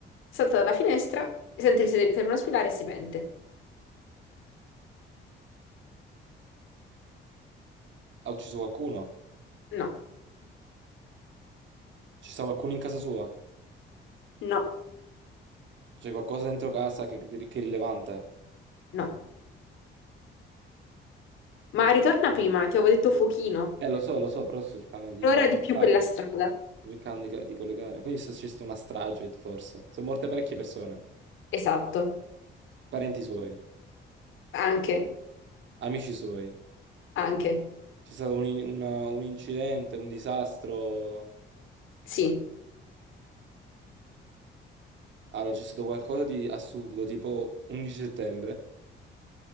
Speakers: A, on the left; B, on the right.
A: salta dalla finestra, sente il sedere di telefono squillare e si pente.
B: ha ucciso qualcuno?
A: No,
B: Ci sta qualcuno in casa sua?
A: no,
B: C'è qualcosa dentro casa che, che è rilevante?
A: no. Ma ritorna prima, ti avevo detto fuochino.
B: Eh, lo so, lo so, però sto cercando di
A: Allora di più
B: collegare.
A: quella strada.
B: Sto cercando di, di collegare. Quindi se c'è stata una strage, forse. Sono morte parecchie persone.
A: Esatto,
B: Parenti suoi,
A: anche,
B: amici suoi.
A: anche,
B: C'è stato un, in- una- un incidente, un disastro.
A: sì.
B: Allora, c'è stato qualcosa di assurdo, tipo 11 settembre.